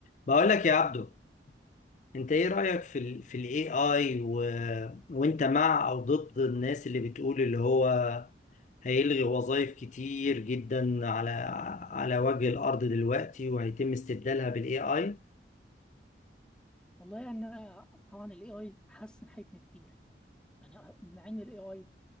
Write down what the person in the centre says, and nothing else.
والله يعني انا طبعا الاي اي حسن حياتنا كتير يعني مع ان الاي اي